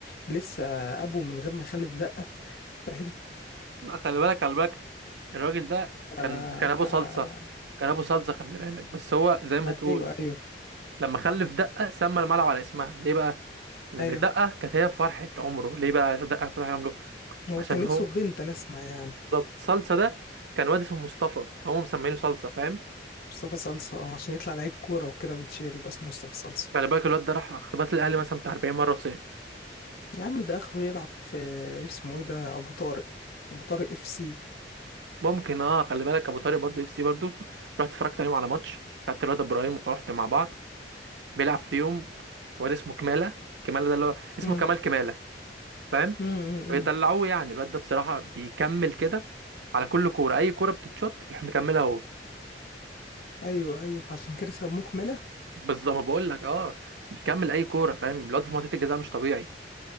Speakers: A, on the left; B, on the right.
A: لسه ابو من غير ما يخلف دقه فاهم
B: لا خلي بالك خلي بالك الراجل ده
A: ف-
B: كان
A: آه،
B: كان ابو صلصه كان ابو صلصه خلي بالك بس هو زي ما تقول
A: ايوه ايوه
B: لما خلف دقه سمى الملعب على اسمها ليه بقى لان
A: ايوه
B: دقه كانت هي فرحه عمره ليه بقى دقه فرحه عمره
A: هو
B: عشان
A: كان
B: هو
A: نفسه في بنت انا اسمع يعني
B: بالظبط صلصه ده كان واد اسمه مصطفى فهم مسمينه صلصه فاهم
A: مصطفى صلصه آه، عشان يطلع لعيب كوره وكده ويتشير يبقى اسمه مصطفى صلصه
B: خلي بالك الواد ده راح اختبارات الاهلي مثلا بتاع 40 مره وسقط
A: يا عم ده اخره يلعب في اسمه ايه ده ابو طارق ابو طارق اف سي
B: ممكن اه خلي بالك ابو طارق برضه اف سي برضه رحت اتفرجت عليهم على ماتش خدت الواد ابراهيم ورحت مع بعض بيلعب فيهم واد اسمه كمالة كمالة ده اللي هو اسمه
A: امم
B: كمال كمالة فاهم
A: امم امم
B: بيدلعوه يعني الواد ده بصراحة بيكمل كده على كل كورة أي كورة بتتشوت يروح مكملها هو
A: ايوه ايوه فعشان كده سموه كمالة
B: بالظبط ما بقول لك اه بيكمل أي كورة فاهم الواد في منطقة الجزاء مش طبيعي